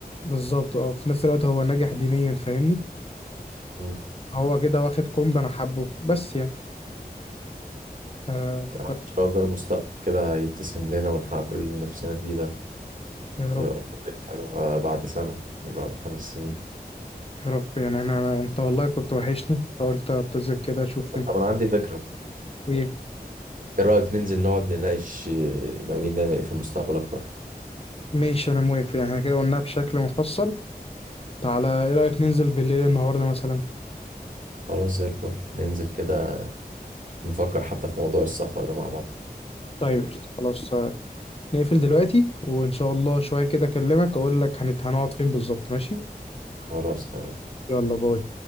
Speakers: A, on the left (about 35°); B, on the right (about 55°).
A: بالظبط اه في نفس الوقت هو ناجح دينيا فاهمني
B: مم.
A: هو كده واخد كومب أنا حبه بس يعني آه ف
B: يعني ان شاء الله المستقبل كده يبتسم لنا ونحقق كل اللي نفسنا فيه ده
A: يا رب
B: ونبقى في وظيفة حلوة بعد سنة مش بعد خمس سنين
A: يا رب يعني أنا أنت والله كنت وحشني فقلت أتصل كده أشوف
B: طب انا عندي فكرة
A: إيه
B: ايه رأيك ننزل نقعد نناقش آه، ناويين نعمل ايه في المستقبل اكتر
A: ماشي أنا موافق يعني احنا كده قلناها بشكل مفصل تعالى إيه رأيك ننزل بالليل النهاردة مثلا
B: خلاص زي الفل ننزل كده نفكر حتى في موضوع السفر ده مع بعض
A: طيب قشطة. خلاص آه، نقفل دلوقتي وإن شاء الله شوية كده أكلمك أقول لك هنت- هنقعد فين بالظبط ماشي
B: خلاص تمام
A: يلا باي